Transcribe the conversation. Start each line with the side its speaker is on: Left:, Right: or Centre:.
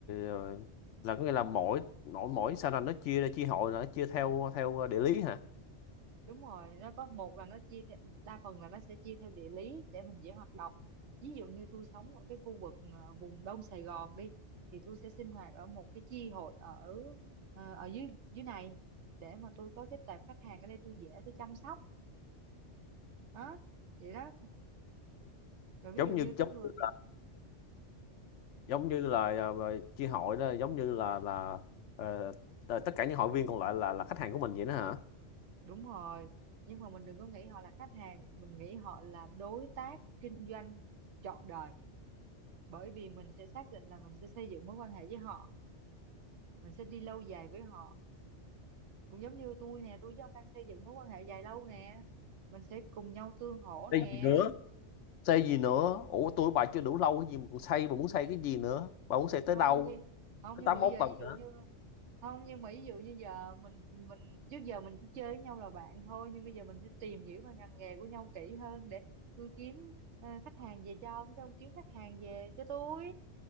Left: ờ, là có nghĩa là mỗi mỗi mỗi sao là nó chia ra chia hội là nó chia theo theo địa lý hả
Right: đúng rồi nó có một là nó chia theo, đa phần là nó sẽ chia theo địa lý để mình dễ hoạt động ví dụ như tôi sống ở cái khu vực ờ, vùng Đông Sài Gòn đi thì tôi sẽ sinh hoạt ở một cái chi hội ở ờ, ở dưới dưới này để mà tôi có cái tệp khách hàng ở đây tôi dễ tôi chăm sóc đó vậy đó rồi ví
Left: giống
Right: dụ như
Left: như
Right: có
Left: giống
Right: người
Left: như
Right: thì
Left: giống như là à, chia hội đó giống như là là ờ, t- tất cả những hội viên còn lại là là khách hàng của mình vậy đó hả
Right: đúng rồi nhưng mà mình đừng có nghĩ họ là khách hàng mình nghĩ họ là đối tác kinh doanh trọn đời bởi vì mình sẽ xác định là mình sẽ xây dựng mối quan hệ với họ mình sẽ đi lâu dài với họ cũng giống như tôi nè tôi với ông đang xây dựng mối quan hệ dài lâu nè mình sẽ cùng nhau tương hỗ nè
Left: đây gì nữa xây gì nữa ủa tôi với bà chưa đủ lâu cái gì mà còn xây bà muốn xây cái gì nữa bà muốn xây tới
Right: không
Left: đâu
Right: như không
Left: tới
Right: nhưng
Left: tám
Right: mà bây
Left: mốt
Right: giờ
Left: tầng
Right: ví dụ
Left: hả
Right: như không nhưng mà ví dụ như giờ mình mình trước giờ mình chỉ chơi với nhau là bạn thôi nhưng bây giờ mình sẽ tìm hiểu về ngành nghề của nhau kỹ hơn để tôi kiếm ờ, khách hàng về cho ông cái ông kiếm khách hàng về cho tôi